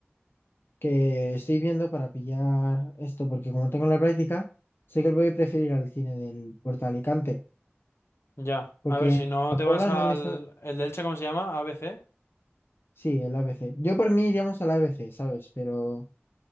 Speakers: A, on the left; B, on the left.
A: que estoy viendo para pillar esto, porque como tengo la práctica, sé que voy a preferir al cine del Puerto de Alicante,
B: Ya,
A: porque
B: a ver, si
A: en
B: no
A: Apola
B: te vas al...
A: no me sale...
B: ¿El de Elche cómo se llama? A B C,
A: Sí, el ABC. Yo por mí iríamos al ABC, ¿sabes? Pero